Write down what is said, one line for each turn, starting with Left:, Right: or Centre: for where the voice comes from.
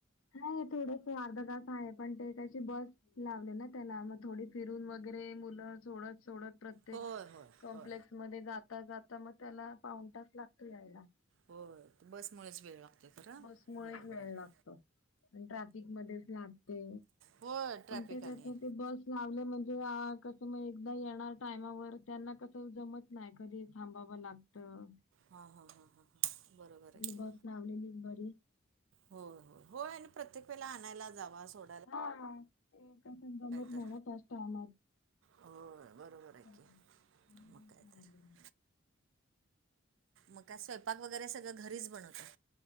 Left: हाय थोडंस आर्ध तास आहे पण ते त्याची बस लावले ना त्यांला मग थोडी फिरून वगैरे मुलं सोडत सोडत प्र त्येक
Right: होय होय
Left: कॉम्प्लेक्स
Right: होय
Left: मध्ये जाता जाता म त्याला पावून तास लागतो यायला.
Right: होय ते बसमुळेच वेळ लागतोय खर
Left: बसमुळेच
Right: बरोबर
Left: वेळ
Right: आहे.
Left: लागतो आणि ट्रॅफिक मध्येच लागते
Right: होय ट्रॅफिक
Left: पण ते
Right: आणि
Left: कस ते बस लावल म्हणजे आ कस म एकदा येणार टायमावर त्यांना कसं जमत नाही कधी थांबावं लाग हां
Right: हां हां हां हां हां, बरोबर आहे.
Left: बस लावलेलीच बरी.
Right: होय होय होय आणि प्रत्येक वेळेला आणायला जावा, सो
Left: हा ते कसं जमत
Right: तर
Left: नाही ना त्याचं टायमात. <unintelligible>
Right: होय बरोबर आहे की मग काय तर मग काय स्वयंपाक वगैरे सगळं घरीच बनवताय?